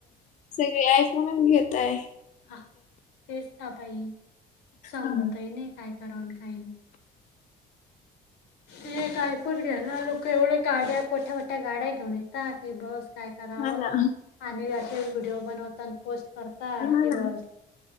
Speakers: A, on the left; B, on the left.
A: सगळे आयफोनच घेताये.
B: ह तेच रा बाई समजतय
A: हा
B: नाही काय क का. <unintelligible> ते काय फुट घ्याला लोक एवढ्या गाड्या पठ्या मोठ्या गाड्या घेऊन येतता ते बस काय करावं
A: ना
B: आणि असे व्हिडिओ बनवत पोस्ट कर का
A: हा ना
B: कि बस